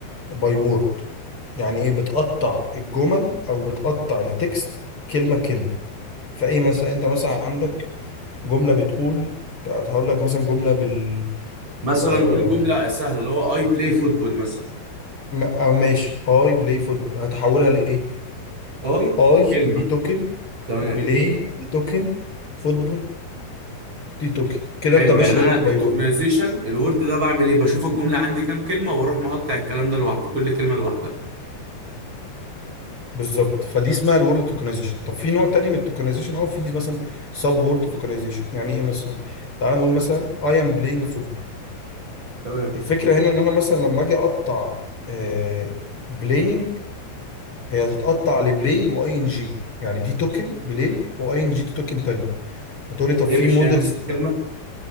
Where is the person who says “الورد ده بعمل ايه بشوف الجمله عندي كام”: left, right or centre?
Right